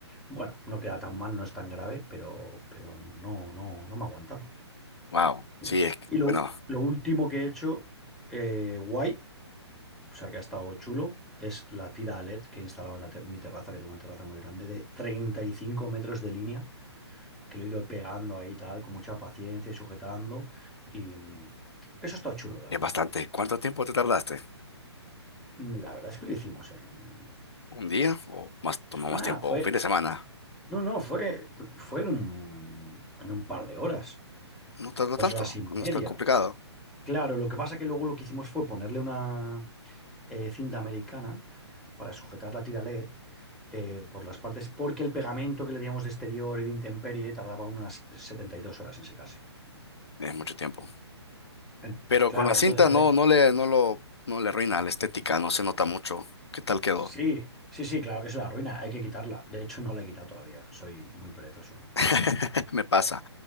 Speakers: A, in the centre; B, on the left.
A: Bueno, no queda tan mal, no es tan grave, pero, pero no, no, no me ha aguantado.
B: Wow,
A: Y
B: sí, es, que-
A: y lo,
B: bueno,
A: lo último que he hecho, eh, guay, o sea que ha estado chulo. Es la tira LED que he instalado en la te- mi terraza, que tengo una terraza muy grande, de 35 metros de línea, que lo he ido pegando ahí tal, con mucha paciencia y sujetando. Y mm, eso está chulo, la
B: es
A: verdad.
B: bastante. ¿Cuánto tiempo te tardaste?
A: Mm, La verdad es que lo hicimos en...
B: ¿Un día o más, tomó
A: No,
B: más
A: nada,
B: tiempo?
A: fue...
B: ¿Un fin de semana?
A: No, no, fue, fue en un, en un par de horas,
B: No tardó
A: dos
B: tanto,
A: horas y media.
B: no es tan complicado.
A: Claro, lo que pasa que luego lo que hicimos fue ponerle una eh, cinta americana para sujetar la tira LED eh, por las partes, porque el pegamento que le teníamos de exterior y de intemperie tardaba unas 72 horas en secarse.
B: Es mucho tiempo.
A: En-
B: Pero
A: claro,
B: con la cinta
A: entonces había...
B: no, no le, no lo, no le arruina la estética, no se nota mucho. ¿Qué tal quedó?
A: Sí, sí, sí, claro que es la ruina, hay que quitarla. De hecho, no la he quitado todavía, soy muy perezoso.
B: <laughs> Me pasa.